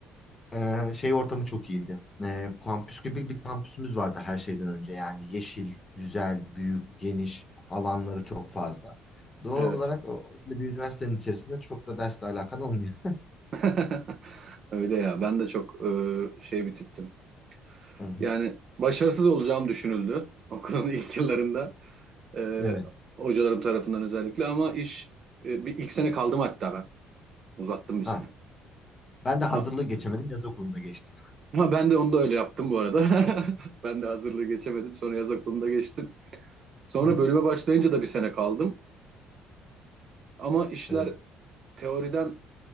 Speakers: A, on the left; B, on the right.
A: Ee, şey ortamı çok iyiydi. Ee, kampüs gibi bir kampüsümüz vardı her şeyden önce. Yani yeşil, güzel, büyük, geniş alanları çok fazla. Doğal
B: Evet.
A: olarak o- bir üniversitenin içerisinde çok da dersle alakan olmuyor.
B: <laughs> Öyle ya. Ben de çok e, şey bir tiptim.
A: <laughs> Hı hı.
B: Yani başarısız olacağım düşünüldü <laughs> okulun ilk yıllarında e,
A: Evet.
B: hocalarım tarafından özellikle ama iş e, bir ilk sene kaldım hatta ben uzattım bir
A: Ha,
B: sene.
A: ben de hazırlığı
B: A-
A: geçemedim. Yaz okulunda geçtim.
B: Ama ben de onu da öyle yaptım bu arada. <laughs> Ben de hazırlığı geçemedim sonra yaz okulunda geçtim. Sonra
A: <laughs> Hı hı.
B: bölüme başlayınca da bir sene kaldım ama işler
A: Evet.
B: teoriden